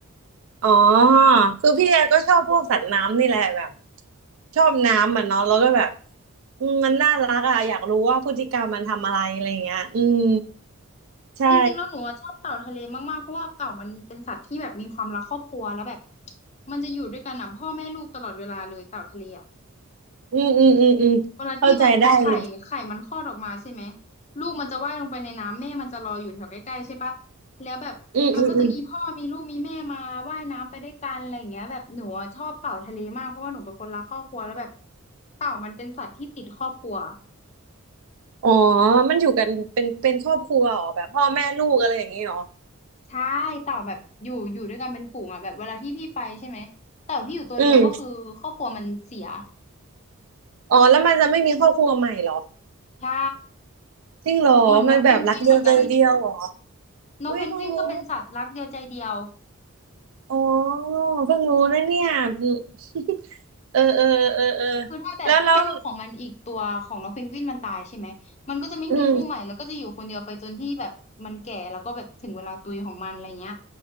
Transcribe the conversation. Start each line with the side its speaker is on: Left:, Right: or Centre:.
Right: อ๋อคือพี่แอก็ชอบพวกสัตว์น้ำนี่แหละแบบชอบน้ำอ่ะเนาะแล้วก็แบบอืมมันน่ารักอ่ะอยากรู้ว่าพฤติกรรมมันทำอะไรอะไรเงี้ยอืมใช่
Left: จริงๆแล้วหนูอะชอบเต่าทะเลมากๆเพราะว่าเต่ามันเป็นสัตว์ที่แบบมีความรักครอบครัวแล้วแบบมันจะอยู่ด้วยกันนะพ่อแม่ลูกตลอดเวลาเลยเต่าทะเลอ่ะ
Right: อืมอืมอืมอืมเข้าใจได้อยู่
Left: เวลาที่แบบพอไข่ไข่มันคลอดออกมาใช่ไหมลูกมันจะว่ายลงไปในน้ำแม่มันจะรออยู่แถวใกล้ๆใช่ปะแล้วแบบมันก็จะมีพ่อมีลูกมีแม่มาว่ายน้ำไปด้วยกันอะไรอย่างเงี้ยแบบหนูอะชอบเต่าทะเลมากเพราะว่าหนูเป็นคนรักครอบครัวแล้วแบบ
Right: อืมอืมอืม
Left: เต่ามันเป็นสัตว์ที่ติดครอบครัว
Right: อ๋อมันอยู่กันเป็นเป็นครอบครัวเหรอแบบพ่อแม่ลูกอะไรอย่างนี้เหรอ
Left: ใช่เต่าแบบอยู่อยู่ด้วยกันเป็นฝูงอ่ะแบบเวลาที่พี่ไปใช่ไหมเต่าที่อยู่ตัวเดียวก็คือครอบครัวมันเสีย
Right: อืมอ๋อแล้วมันจะไม่มีครอบครัวใหม่เหรอ
Left: ใช่
Right: จริงเหรอมันแบบรักเดียวใจเดียวเหรอ
Left: เหมือนนกเพนกวินเหมือนกันนกเพนกวินก็เป็นสัตว์รักเดียวใจเดียว
Right: อุ้ยเพิ่งรู้อ๋อเพิ่งรู้นะเนี่ย <laughs> เออเออเออเออ
Left: คือถ้าแบบคู่ของมันอีกตัวของน้องเพนกวินมันตายใช่ไหมมันก็จะไม่มีคู่ใหม่แล้วก็จะอยู่คนเดียวไปจนที่แบบมันแก่แล้วก็แบบถึงเวลาตุยของมันอะไรเงี้ย
Right: แล้วแล้วอืม